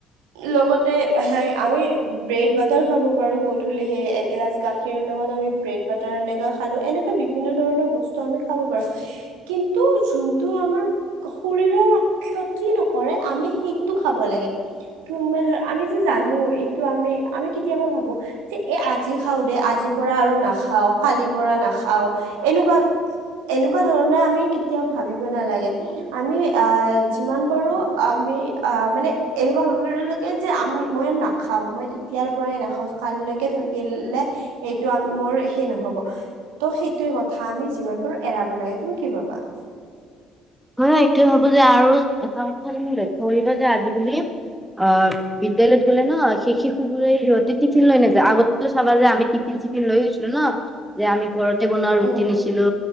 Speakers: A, on the right; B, in the centre.
A: লগতে হেই আমি ব্ৰেড বাটাৰ খাব পাৰো গধূলি সেই এগিলাচ গাখীৰ লগত আমি ব্ৰেড বাটাৰ এনেকা খালো এনেকা বি- বিভিন্ন ধৰণৰ বস্তু আমি খাব পাৰো, কিন্তু যোনটো আমাৰ শৰীৰৰ ক্ষতি নকৰে আমি সেইটো খাব লাগে। কিউম্বা ধৰ আমি যে জানো এইটো আমি, আমি কেতিয়াবা ভাবো যে এ আজি খাও দে, আজিৰ পৰা আৰু নাখাও, কালিৰ পৰা নাখাও, এনেকুৱা এনেকুৱা ধৰণে আমি কেতিয়াও ভাবিব নালাগে। আমি অ যিমান পাৰো আমি অ মানে এনেকুৱা যে আমি, মই নাখাওঁ মই ইতিয়াৰ পৰাই নাখাওঁ কালিলৈকে থৈ দিলে এইটো আন মোৰ সেই নহব। ত' সেইটোৱে কথা আমি যিমান পাৰো এৰাব লাগে, তুমি কি ভাবা?
B: মই এইটোয়ে ভবো যে আৰু এটা কথা তুমি লক্ষ্যনীয় যে আজি-কালি- অ্' বিদ্যালয়ত গ'লে ন' সেই শিশুবোৰে সিহঁতি টিফিন লৈ নাযায় আগতেটো চাবা যে আমি টিফিন-চিফিন লৈ গৈছিলো ন' যে আমি ঘৰতে বনোৱা ৰুটি
A: উম
B: নিছিলো,